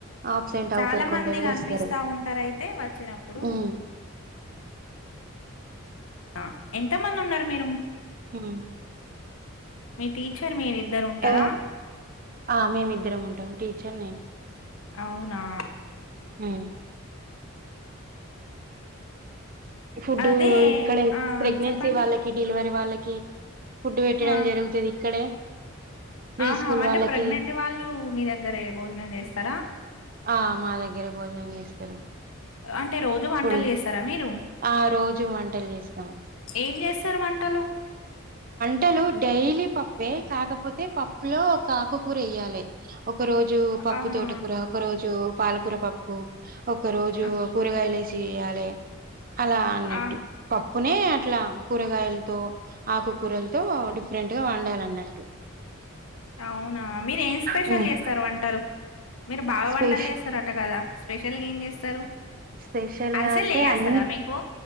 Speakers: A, on the right; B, on the left.
A: ఆబ్సెంట్
B: చాలా
A: అవుతారు కొందరు
B: మంది కనిపిస్తా
A: వస్తారు
B: ఉంటారు అయితే వచ్చినప్పుడు
A: ఊ
B: ఆ ఎంత మంది ఉన్నారు మీరు
A: ఉమ్.
B: మీ టీచర్ మీరిద్దరు ఉంటారా
A: ఎవ- ఆ... మేమిద్దరం ఉంటాం టీచర్ నేను
B: అవునా.
A: ఉ ఫుడ్డు
B: అదే
A: ఇక్కడే
B: ఆ
A: ప్రెగ్నెన్సీ
B: చెప్పండి
A: వాళ్ళకి డెలివరీ వాళ్ళకి ఫుడ్డు పెట్టడం
B: ఆ
A: జరుగుతది ఇక్కడే ప్రీ
B: ఆహా
A: స్కూల్
B: అంటే
A: వాళ్ళకి
B: ప్రెగ్నెంట్ వాళ్ళు మీ దగ్గరే భోజనం చేస్తారా
A: ఆ మా దగ్గరే భోజనం చేస్తారు
B: అంటే రోజు వంటలు
A: ఇప్పుడు
B: చేస్తారా మీరు
A: ఆ రోజు వంటలు చేస్తాం
B: ఏం చేస్తారు వంటలు
A: టలు డైలీ పప్పే కాకపోతే పప్పు లో ఆకుకూర వేయ్యాలే ఒక రోజు పప్పు
B: ఆహా
A: తోట కూర ఒక రోజు పాలకూర పప్పు ఒక రోజు
B: ఆ
A: కూరగాయలు చేయాలే అలా అన్నట్టు
B: ఆ!
A: పప్పు కునే అట్లా కూరగాయలతో ఆకుకూరలతో డిఫరెంట్ గా వండాలన్నట్టు
B: అవునా మీరు ఏం స్పెషల్
A: హ్మ్
B: చేస్తారు వంటలు మీరు బాగా
A: స్పెష
B: వంటలు చేస్తారు అట కదా స్పెషల్ గా ఏం చేస్తారు
A: స్పెషల్
B: అరిసెలు
A: గా అంటే
B: చేయేస్తదా
A: అన్ని
B: మీకు